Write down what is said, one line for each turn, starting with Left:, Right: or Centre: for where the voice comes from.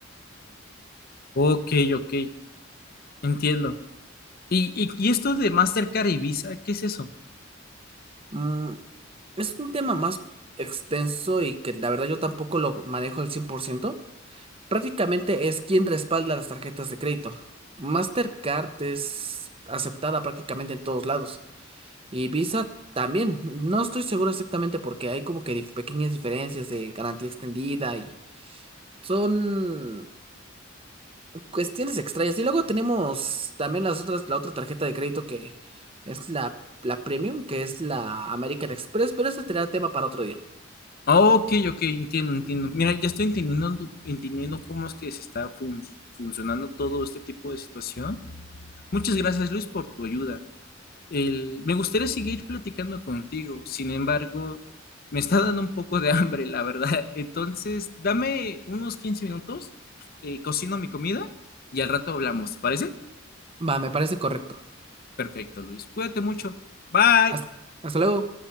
Left: Ok, ok, entiendo. ¿Y, y, y esto de Mastercard y Visa, qué es eso?
Right: Mm, Es un tema más extenso y que la verdad yo tampoco lo manejo al cien por ciento Prácticamente es quien respalda las tarjetas de crédito. Mastercard es aceptada prácticamente en todos lados y Visa también. No estoy seguro exactamente porque hay como que dif- pequeñas diferencias de garantía extendida y son cuestiones extrañas. Y luego tenemos también las otras, la otra tarjeta de crédito que es la, la Premium, que es la American Express, pero ese será tema para otro día.
Left: Ah, ok, ok, entiendo, entiendo. Mira, ya estoy entendiendo, tu- entendiendo cómo es que se está fun- funcionando todo este tipo de situación. Muchas gracias, Luis, por tu ayuda. El, me gustaría seguir platicando contigo, sin embargo, me está dando un poco de <laughs> hambre, la verdad. Entonces, dame unos 15 minutos, eh, cocino mi comida y al rato hablamos, ¿te parece?
Right: Va, me parece correcto.
Left: Perfecto, Luis. Cuídate mucho. Bye.
Right: Hasta, hasta luego.